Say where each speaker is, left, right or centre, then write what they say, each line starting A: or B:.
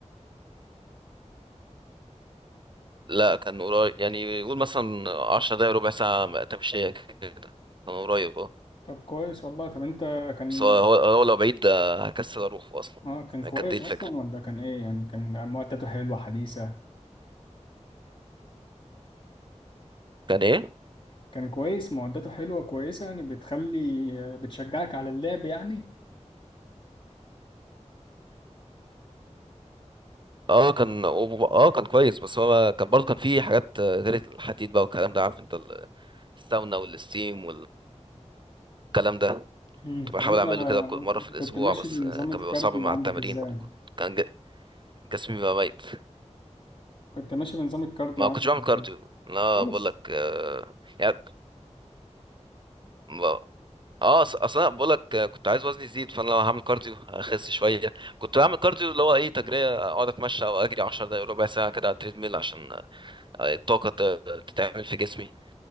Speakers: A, on the right; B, on the left.
A: لا كان قريب يعني يقول مثلا عشر دقايق ربع ساعة تمشية كده كان قريب اه
B: طب كويس والله طب انت كان
A: بس هو هو هو لو بعيد آه، هكسل اروح اصلا
B: اه كان كويس
A: يعني كانت دي الفكرة
B: اصلا ولا كان ايه يعني كان معدته حلوه حديثه
A: كان ايه؟
B: كان كويس معدته حلوه كويسه يعني بتخلي آه، بتشجعك على اللعب يعني
A: اه كان اه كان كويس بس هو كان برضه كان فيه حاجات آه، غير الحديد بقى والكلام ده عارف انت ال- الساونا والستيم والكلام ده
B: مم،
A: كنت بحاول
B: طب انت
A: اعمله كده كل مرة في الاسبوع
B: كنت ماشي
A: بس
B: بنظام
A: آه، كان
B: الكارديو
A: بيبقى صعب مع
B: عندك
A: التمارين
B: ازاي
A: كان ج- جسمي بقى ميت
B: كنت ماشي بنظام الكارديو
A: ما
B: عندك
A: كنتش بعمل
B: إزاي؟
A: كارديو انا
B: خالص
A: بقول لك آه، يعني ب- اه أص- اصل انا بقول لك كنت عايز وزني يزيد فانا لو هعمل كارديو هخس شويه كنت بعمل كارديو اللي هو ايه تجريه اقعد اتمشى او اجري 10 دقايق ربع ساعه كده على التريد ميل عشان آه، الطاقه ت- تتعمل في جسمي